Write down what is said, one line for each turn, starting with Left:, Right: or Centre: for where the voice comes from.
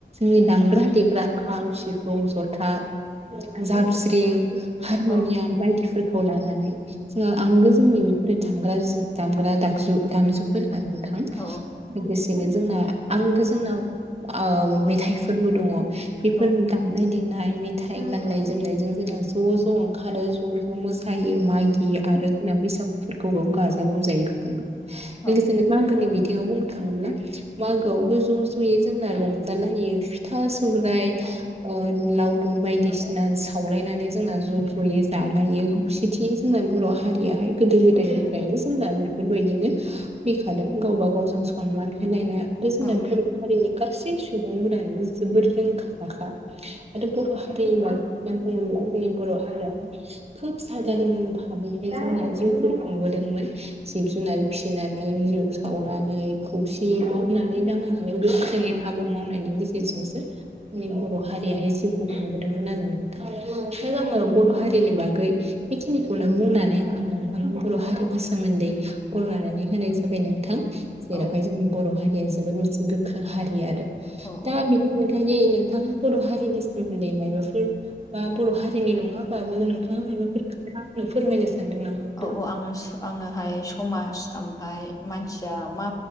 Right: नि दामग्रा देग्रा खाम सिफुं जथा जाबस्रिं हारम'नियाम
Left: औ
Right: बायदिफोरखौ लानानै जोङा आंगो जोंनि बेफोरो दामग्रा दामग्रा जु दामजुफोर नोंथां
Left: औ
Right: लोगोसे जोंना आंगो जोंनाव ओ मेथाइफोरबो दङ। बेफोर
Left: औ
Right: दामनाय देनाय नाय मेथाइ गाननाय जोमनायजों जोंना ज' ज' ओंखारो ज' ज' मोसायो। मागि आरो होनना बैसागुफोरखौबो गाजा गोमजायै खुङो
Left: औ
Right: लोगोसेनो मागोनि बिथिं बेयाव बुंनो थाङोब्ला मागोआवबो ज' ज'यै जोंना रंजाालायो फिथा सौराय ओ लावदुम बायदिसिना सावलायनानै जोंना ज' ज'यै जालायो खौसेथि जोंना बर' हारियाहाय गोदो गोदायनिफ्रायनो जोंना बेफोरबायदिनो फैखादों गावबा गावजों सनमान होलायनाय आरो जोंना
Left: औ
Right: बर' हारिनि गास गाैसै सुबुंफोरानो जोबोर रोंखा राखा माथो बर' हारिनि बागै नि बर' हारिआहाय खोब सादारन भाबैहाय जोंना जिउखौ खुंबोदोंमोन। जिब जुनार फिसिनानै जौ सावनानै खौसे मावनानै दांनानै गोख्रोङै हाबा मावनायनि गेजेरजोंसो जोंनि बर' हारियाहाय जिउखौ खुंबोदोंमोन आरो नोंथां आङो। बर' हारिनि बागै बेखिनिखौनो बुंनानै आं नोंथांनो बर' हारिनि सोमोन्दै बर' नानै होनाय जाबाय नोंथां जेरावहाय
Left: औ
Right: जोंनि बर' हारिया जोबोद मोनसे गोख्रों हारि आरो
Left: औ औ
Right: दा बिनि अनगायै नोंथां बर' हारिनि सोमोन्दै मायबाफोर बा बर' हारिनि नङाबाबो नोंथां। मायबाफोर खोथा आंनो फोरमायनो सानदों नामा? नोंथां?
Left: औ औ स आङो आङोहाय समाज ओमफाय मानसिया मा